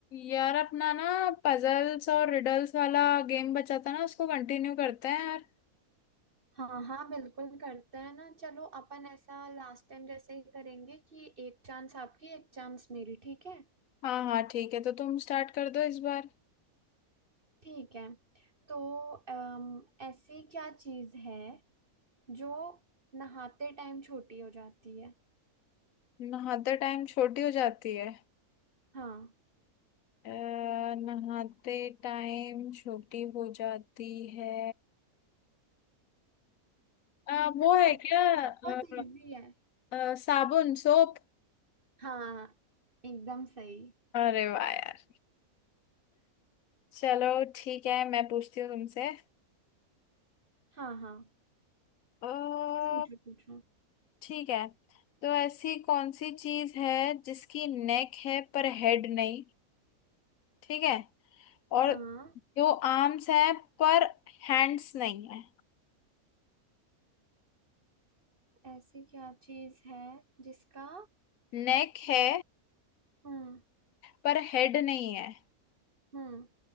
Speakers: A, on the left (about 70°); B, on the right (about 35°).
A: यार अपना ना पजल्स और रिडल्स वाला गेम बचा था ना उसको कंटिन्यू करते हैं यार
B: हाँ हाँ बिल्कुल करते हैं ना चलो अपन ऐसा लास्ट टाइम जैसे ही करेंगे कि एक चांस आपकी एक चांस मेरी ठीक है
A: हाँ हाँ ठीक है तो तुम स्टार्ट कर दो इस बार
B: ठीक है तो अम, ऐसी क्या चीज है जो नहाते टाइम छोटी हो जाती है
A: नहाते टाइम छोटी हो जाती है
B: हाँ
A: अ, नहाते टाइम छोटी हो जाती है अ, वो
B: सोचो
A: है क्या
B: सोचो
A: अ,
B: बहुत इजी है
A: अ, साबुन सोप
B: हाँ एकदम सही
A: अरे वाह यार चलो ठीक है मैं पूछती हूँ तुमसे
B: हाँ हाँ
A: अ,
B: पूछो पूछो
A: ठीक है तो ऐसी कौन सी चीज है जिसकी नेक है पर हेड नहीं ठीक है और
B: हाँ
A: जो आर्म्स है पर हैंड्स नहीं है
B: ऐसी क्या चीज है जिसका
A: नेक है
B: हम्म
A: पर हेड नहीं है
B: हम्म